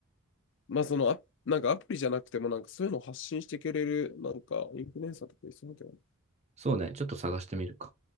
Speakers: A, on the left; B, on the right.
A: まあ、その、あ、なんかアプリじゃなくても、なんかそういうのを発信してくれる、なんか、インフルエンサーとかいそうだけどね
B: そうね、ちょっと探してみるか。